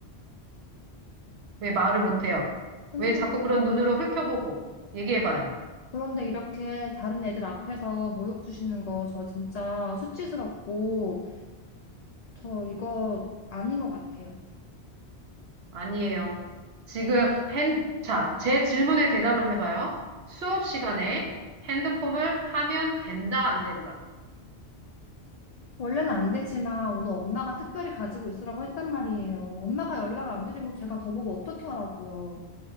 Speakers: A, on the right (about 70°); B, on the left (about 55°).
A: 왜 말을 못해요?
B: 선생님,
A: 왜 자꾸 그런
B: 어,
A: 눈으로 훑어보고 얘기해봐요?
B: 그런데 이렇게 다른 애들 앞에서 모욕 주시는 거 저 진짜 수치스럽고 저 이거 아닌 것 같아요.
A: 아니에요. 지금 핸, 자, 제 질문에 대답을 해봐요. 수업 시간에 핸드폰을 하면 된다, 안 된다?
B: 원래는 안 되지만 오늘 엄마가 특별히 가지고 있으라고 했단 말이에요. 엄마가 연락 안 드린 거 제가 더보고 어떻게 하라고요.